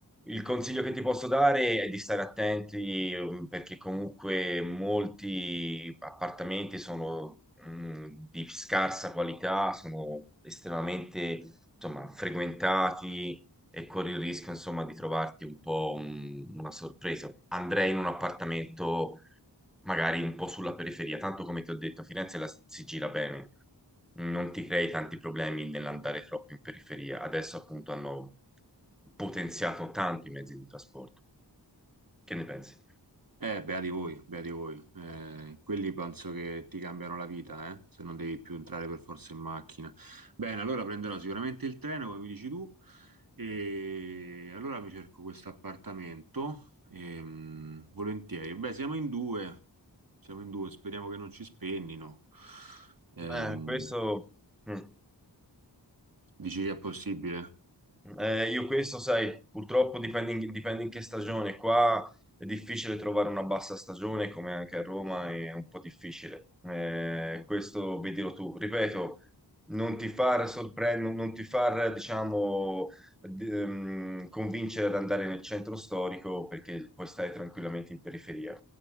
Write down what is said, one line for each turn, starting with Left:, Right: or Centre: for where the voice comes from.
Centre: Il consiglio che ti posso dare è di stare attenti ehm, perché comunque molti appartamenti sono mh, di scarsa qualità, sono estremamente insomma, frequentati e corri il rischio insomma, di trovarti un po' un- una sorpresa. Andrei in un appartamento magari un po' sulla periferia, tanto come ti ho detto, Firenze la si gira bene, non ti crei tanti problemi nell'andare troppo in periferia. Adesso appunto hanno potenziato tanto i mezzi di trasporto. Che ne pensi?
Right: Eh, beati voi, beati voi. Eh, quelli penso che ti cambiano la vita, eh, se non devi più entrare per forza in macchina. Bene, allora prenderò sicuramente il treno, come mi dici tu, e allora mi cerco questo appartamento. ehm, volentieri. Beh, siamo in due, siamo in due, speriamo che non ci spennino. Ehm,
Centre: Eh, questo, mm.
Right: dici che è possibile?
Centre: Eh, io questo, sai, purtroppo dipende in, dipende in che stagione. Qua è difficile trovare una bassa stagione, come anche a Roma è un po' difficile. Eh, questo vedilo tu. Ripeto, non ti far sorprendere, non ti far, diciamo, d- ehm, convincere ad andare nel centro storico perché puoi stare tranquillamente in periferia.